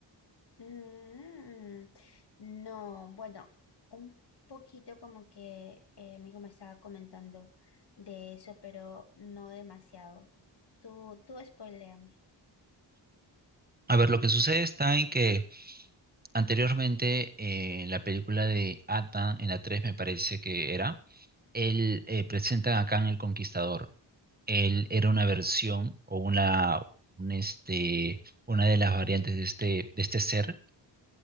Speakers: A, on the left (about 60°); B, on the right (about 20°).
A: Mm, no, bueno, un poquito como que eh, mi hijo me estaba comentando de eso, pero no demasiado. Tú, tú spoiléame.
B: A ver, lo que sucede está en que anteriormente eh, en la película de Atan, en la 3 me parece que era, él eh, presenta a Kang el Conquistador. Él era una versión o una, un este, una de las variantes de este, de este ser